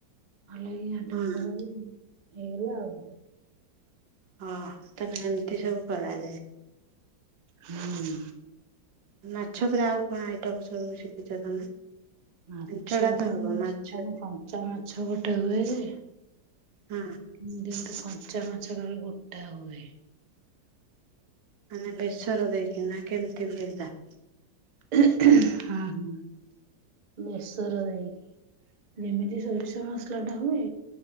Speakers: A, on the right (about 60°); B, on the right (about 75°).
A: ଭଲକି ଘାଣ୍ଟି
B: ହଁ
A: ଘୁଣ୍ଟି ଦେବ ହେଇଗଲା ଆଉ
B: ହଁ ତାହେଲେ ଏମିତି ସବୁ କରାଯାଏ।
A: ହୁଁ ଉୁଁ
B: ମାଛ ଉପରେ ଆଉ କଣ ଆଇଟମ ସବୁ ଶିଖିଛ ତମେ
A: ମାଛ
B: ଛେଞ୍ଚଡାତ
A: ଉପରେ
B: ହବ ମାଛ
A: କଣ କଞ୍ଚା ମାଛ ଗୋଟେ ହୁଏଯେ।
B: ହୁଁ ଉୁଁ
A: ଏମତି ଗୋଟେ କଞ୍ଚା ମାଛ କାଳେ ଗୋଟା ହୁଏ।
B: ମାନେ ବେସର ଦେଇକିନା କେମିତି ହୁଏ ହେତା।
A: <unintelligible> ହଁ ହୁଁ। ବେସର ଦେଇକି ଯେମିତି ସୋରିଷ ମସଲାଟା ହୁଏ